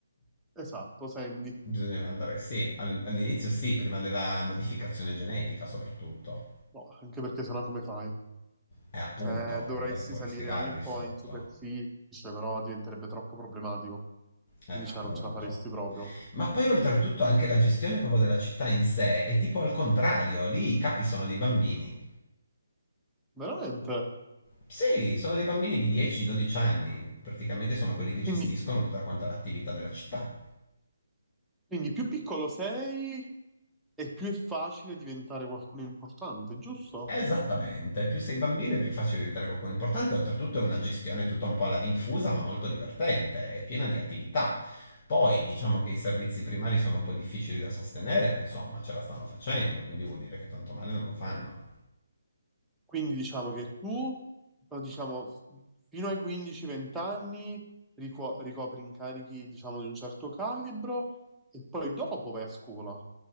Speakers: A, in the centre; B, on the left (about 35°).
A: Esatto, Sandy.
B: Bisognerà andare, sì, al- all'inizio sì, prima della modificazione genetica soprattutto.
A: No, anche perché sennò come fai?
B: Eh, appunto,
A: Eh, dovresti
B: mica si può
A: salire
B: respirare
A: ogni
B: lì
A: po'
B: sotto.
A: in superficie, però diventerebbe troppo problematico.
B: Eh,
A: Quindi
B: appunto.
A: cioè, non ce la faresti proprio.
B: Ma poi oltretutto anche la gestione proprio della città in sé è tipo al contrario, lì i capi sono dei bambini.
A: Veramente.
B: Sì, sono dei bambini di 10-12 anni, praticamente sono quelli che gestiscono
A: Quindi,
B: tutta quanta l'attività della città.
A: quindi più piccolo sei e più è facile diventare qualcuno importante, giusto?
B: Esattamente, più sei bambino è più facile diventare qualcuno importante, oltretutto è una gestione tutta un po' alla rinfusa, ma molto divertente, è piena di attività. Poi diciamo che i servizi primari sono un po' difficili da sostenere, ma insomma ce la stanno facendo, quindi vuol dire che tanto male non lo fanno.
A: Quindi diciamo che tu, però, diciamo, f- fino ai 15-20 anni rico- ricopri incarichi, diciamo, di un certo calibro e poi dopo vai a scuola.